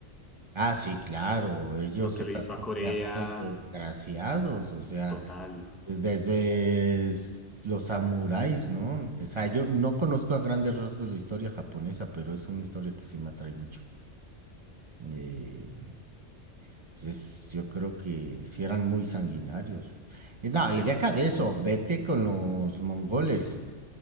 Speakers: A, on the right; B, in the centre.
A: Ah, sí, claro, ellos
B: Lo que
A: eran
B: le hizo
A: los
B: a Corea,
A: guerreros desgraciados, o sea,
B: total,
A: desde los samuráis, ¿no? O sea, yo no conozco a grandes rasgos la historia japonesa, pero es una historia que sí me atrae mucho. Eh, es- yo creo que sí eran muy sanguinarios. Y no,
B: demasiado.
A: y deja de eso, vete con los mongoles.